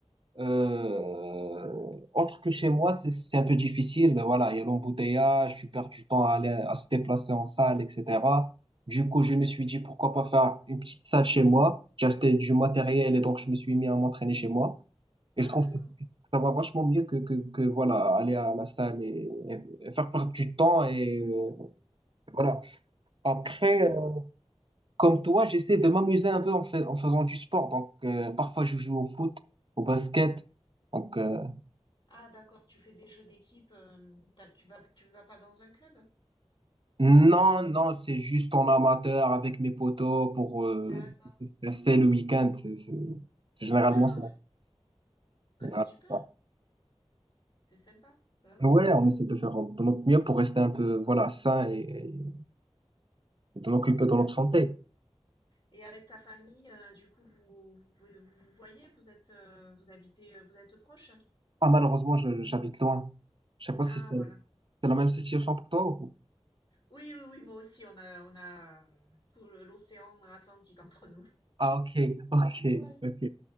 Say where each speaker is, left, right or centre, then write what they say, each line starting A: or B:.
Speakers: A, on the right (about 50°); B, on the left (about 45°).
A: euh, autre que chez moi, c'est, c'est un peu difficile. Voilà, il y a l'embouteillage, tu perds du temps à aller, à se déplacer en salle, etc. Du coup, je me suis dit, pourquoi pas faire une petite salle chez moi. J'ai acheté du matériel
B: Mm.
A: et donc je me suis mis à m'entraîner chez moi. Et
B: Ah,
A: je trouve
B: d'accord.
A: que ça va vachement mieux que, que, que voilà, aller à la salle et, et faire perdre du temps. Et euh,
B: Mm.
A: voilà. Après,
B: Oui, d'accord.
A: euh, comme toi, j'essaie de m'amuser un peu en, fait, en faisant du sport. Donc, euh, parfois, je joue au foot, au basket. Donc, euh,
B: Ah, d'accord, tu fais des jeux d'équipe, euh, t'as- tu vas, tu vas pas dans un club?
A: non, non, c'est juste en amateur avec mes potos pour euh,
B: D'accord.
A: rester le week-end. C'est, c'est- c'est généralement
B: Ouais, ouais,
A: ça.
B: ouais. Ouais,
A: Généralement
B: c'est super.
A: ça.
B: C'est sympa. Bah oui,
A: Ouais, on essaie de faire de notre mieux pour rester un peu, voilà, sain et, et de l'occuper dans
B: d'accord.
A: notre santé.
B: Et avec ta famille, euh, du coup, vous, vous pouvez, vous vous voyez, vous êtes, euh, vous habitez, euh, vous êtes proches?
A: Ah, malheureusement, je- j'habite loin. Je sais pas
B: Ah,
A: si c'est
B: voilà.
A: c'est la même situation pour toi ou...
B: Oui, oui, oui, moi aussi, on a, on a tout le- l'océan Atlantique entre nous.
A: Ah, ok, <laughs> ok,
B: Ouais.
A: ok.